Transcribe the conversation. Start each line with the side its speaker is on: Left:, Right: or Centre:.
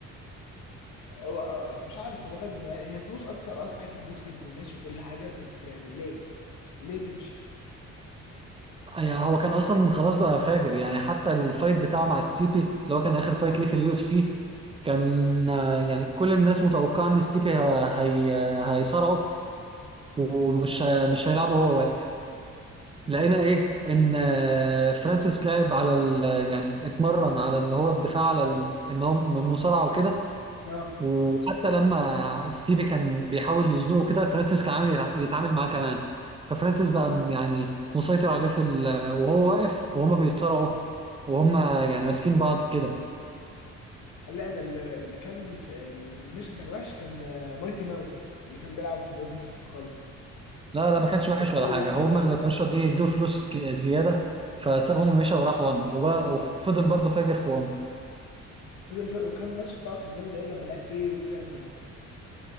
Left: هو آه، مش عارف هو غد يعني هي فلوس اكتر اه صحيح في البوكسينج وماشي وكل حاجه بس يعني ليه ليه تمشي
Right: يعني هو كان اصلا خلاص بقى فاجر يعني حتى الفايت بتاعه مع السيبي اللي هو كان اخر فايت ليه في اليو اف سي كان آه، يعني كل الناس متوقعه ان ستيبي ه- هي هيصارعه ومش ه- مش هيلعبه وهو واقف لقينا ايه ان آه، فرانسيس لعب على ال يعني اتمرن على اللي هو الدفاع على ال- ان هو من المصارعه وكده
Left: اه
Right: وحتى لما ستيفي كان بيحاول يزنقه كده فرانسيس كان عامل يتع- يتعامل معاه كمان ففرانسيس بقى م- يعني مسيطر عليه في ال... وهو واقف وهما بيتصارعوا وهما يعني ماسكين بعض كده
Left: لا انا اللي اللي كان في لما مشى كان وحش كان آه، مايتي ماوس اللي كان بيلعب في الوزن الخفيف خالص
Right: لا
Left: اللي
Right: لا ما كانش وحش
Left: هو
Right: ولا
Left: اول
Right: حاجه
Left: واحد
Right: هما
Left: ده
Right: اللي كانوا راضيين يدوا فلوس ك- زياده فسابهم ومشى وراح وان وبقى وفضل برضه فاجر في وان
Left: فضل فرق وكان الماتش بتاعه كان جامد قوي لما لعب فيه رود تانج برضه